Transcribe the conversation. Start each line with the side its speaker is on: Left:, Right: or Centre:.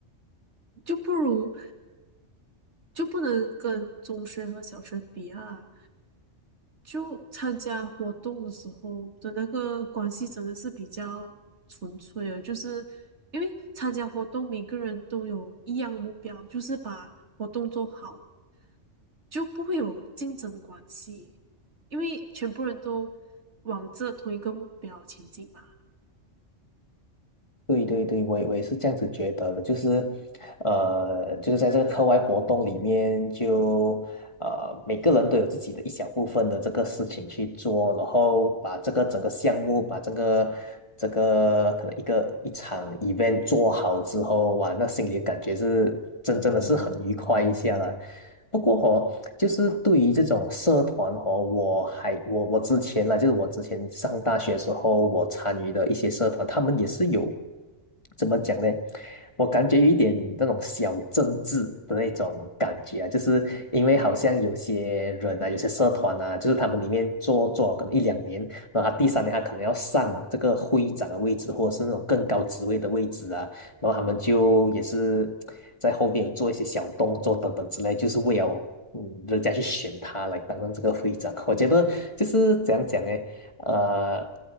Right: 就不如就不能跟中学和小学比啊。就参加活动的时候的那个关系真的是比较纯粹的，就是因为参加活动每个人都有一样的目标，就是把活动做好，就不会有竞争关系，因为全部人都往这同一个目标前进嘛。
Left: 对对对，我也我也是这样子觉得的，就是，呃，就是在这个课外活动里面就，呃，每个人都有自己的一小部分的这个事情去做，然后把这个整个项目，把这个这个可能一个一场 event 做好之后，哇，那心里的感觉是真真的是很愉快一下了，不过哦，就是对于这种社团哦，我还我我之前啦，就是我之前上大学时候，我参与的一些社团，他们也是有怎么讲呢？我感觉有一点那种小政治的那种感觉啊，就是因为好像有些人啊，有些社团啊，就是他们里面做做可能一两年，然后他第三年他可能要上这个会长的位置，或者是那种更高职位的位置啊。然后他们就也是在后面有做一些小动作等等之类，就是为了嗯人家去选他来担任这个会长。我觉得就是怎样讲呢？呃，